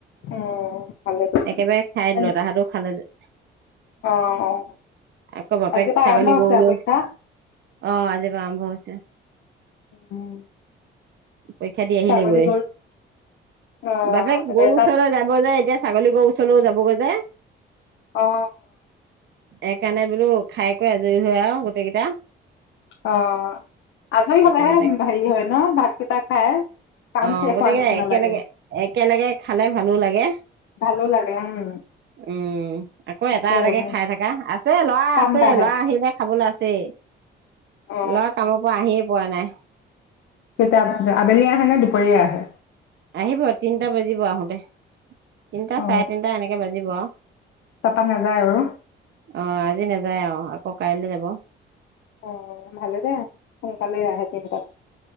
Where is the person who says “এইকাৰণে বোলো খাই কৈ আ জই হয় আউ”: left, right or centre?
Right